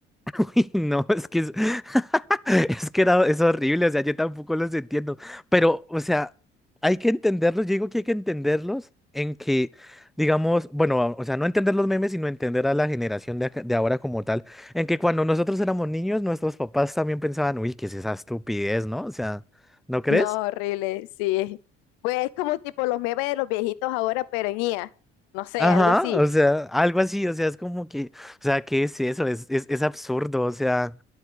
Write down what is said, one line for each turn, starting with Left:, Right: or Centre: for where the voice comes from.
Centre: <laughs> Y No, es que es, <laughs> es que era, es horrible, o sea, yo tampoco los entiendo, pero, o sea, hay que entenderlos, yo digo que hay que entenderlos en que, digamos, bueno, o sea, no entender los memes, sino entender a la generación de, acá- de ahora como tal, en que cuando nosotros éramos niños, nuestros papás también pensaban, uy, ¿qué es esa estupidez, no? O sea, ¿no crees?
Left: No, horrible, sí. Pues es como tipo los memes de los viejitos ahora, pero en IA. No sé,
Centre: Ajá,
Left: algo así.
Centre: o sea, algo así, o sea, es como que, o sea, ¿qué es eso? Es, es, es absurdo, o sea,